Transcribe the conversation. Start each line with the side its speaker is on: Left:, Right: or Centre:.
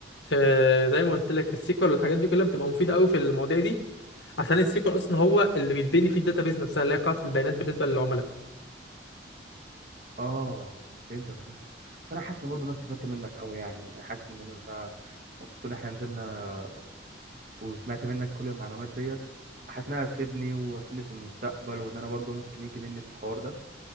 Left: آه، زي ما قلت لك السيكوال والحاجات دي كلها بتبقى مفيدة قوي في المواضيع دي عشان السيكوال اصلا هو اللي بيتبني فيه الداتابيز نفسها اللي هي قاعدة البيانات بالنسبة للعملاء
Right: اه فهمتك فهمتك بس انا حاسس ان برضه انا استفدت منك قوي يعني يعني حاسس ان انا مبسوط ان احنا نزلنا وسمعت منك كل المعلومات ديت حاسس انها هتفيدني وهتفيدني في المستقبل وان انا برضه ممكن يجي مني في الحوار ده